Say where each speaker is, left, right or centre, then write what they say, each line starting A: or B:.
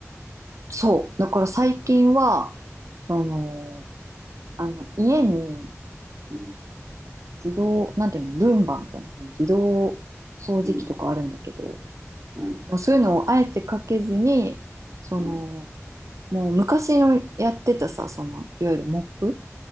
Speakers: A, on the right; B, on the right.
A: そう。だから最近は、その、あの、家に
B: うん、
A: 自動、なんていうの、ルンバみたいな、その自動掃除機とかあるんだけど、
B: うん、うん、
A: そういうのをあえてかけずに、その、
B: うん、
A: もう昔のやってたさ、その、いわゆるモップ、